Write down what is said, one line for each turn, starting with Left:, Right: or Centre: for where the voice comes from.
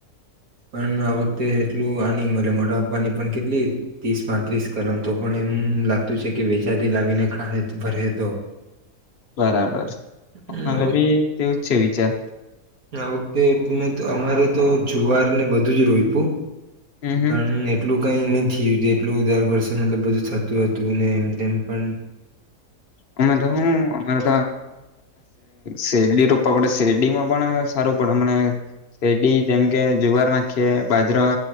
Right: પણ આ વખતે એટલું આની મરે મોટ આપવાની પણ કેટલી ત્રીસ પાંત્રીસ કલમ તો પણ એમ લાગ કે વેચાથી લાવીને ખ ભરે તો
Left: બરાબર
Right: હ
Left: અમારે
Right: હવે
Left: બી તેવું છે વિચાર
Right: આ વખતે મે અમારે તો જુવારને બધું જ રોઈપ્યું
Left: હમ હમ
Right: પણ એટલું કઈ નથી. જેટલું દર વર્ષે મતલબ બધું થતું હતું તેમ પણ
Left: અમે તો હું અમારે શેરડી રોપવા પડે શેરડીમાં પણ સારું પડે મને શેરડી જેમ કે જુવાર નાખીએ બાજરા